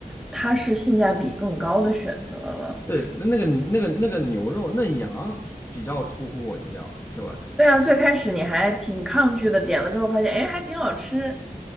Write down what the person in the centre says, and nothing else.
它是性价比更高的选择了。
对啊，最开始你还挺抗拒的，点了之后发现，哎，还挺好吃。